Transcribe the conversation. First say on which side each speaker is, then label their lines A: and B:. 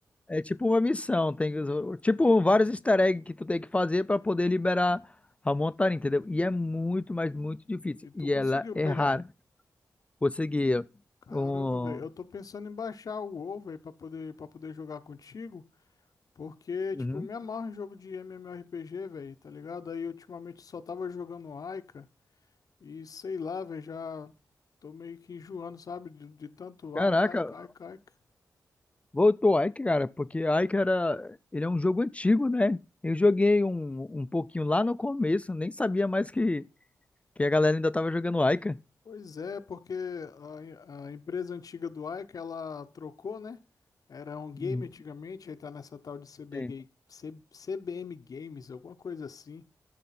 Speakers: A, on the left; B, on the left.
A: é tipo uma missão, tem tipo vários easter eggs que tu tem que fazer para poder liberar a montaria, entendeu? E é muito, mas muito difícil.
B: E tu
A: E
B: conseguiu
A: ela é
B: pegar.
A: rara. Conseguir
B: Caramba,
A: um.
B: velho. Eu tô pensando em baixar o WoW, velho, pra poder, pra poder jogar contigo. Porque,
A: Uhum.
B: tipo, me amarro em jogo de MMORPG, velho, tá ligado? Aí ultimamente só tava jogando Aika e sei lá, velho, já tô meio que enjoando, sabe? De, de tanto
A: Caraca,
B: Aika, Aika, Aika, Aika.
A: voltou Ike, cara, porque Ike era. Ele é um jogo antigo, né? Eu joguei um, um pouquinho lá no começo, nem sabia mais que, que a galera ainda tava jogando Ike.
B: Pois é, porque a, a empresa antiga do Aika, ela trocou, né? Era um game
A: Uhum.
B: antigamente, aí tá nessa tal de CBG,
A: Sim.
B: C- CBM Games, alguma coisa assim.